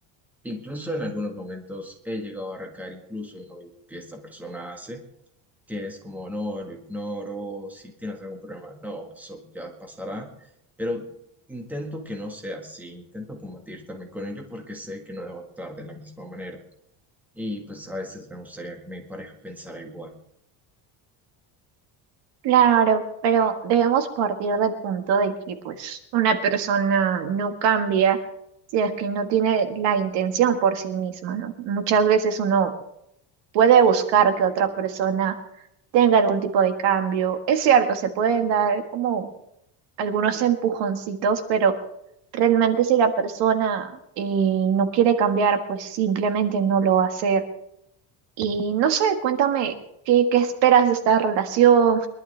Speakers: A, in the centre; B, on the right.
A: Incluso en algunos momentos he llegado a recaer incluso en lo mismo que esta persona hace, que es como, no, lo ignoro, si tienes algún problema, no, eso ya pasará, pero intento que no sea así, intento combatir también con ello porque sé que no debo actuar de la misma manera y pues a veces me gustaría que mi pareja pensara igual.
B: Claro, pero debemos partir del punto de que pues una persona no cambia si es que no tiene la intención por sí misma, ¿no? Muchas veces uno puede buscar que otra persona tenga algún tipo de cambio. Es cierto, se pueden dar como algunos empujoncitos, pero realmente si la persona eh, no quiere cambiar, pues simplemente no lo va a hacer. Y no sé, cuéntame, ¿qué, qué esperas de esta relación?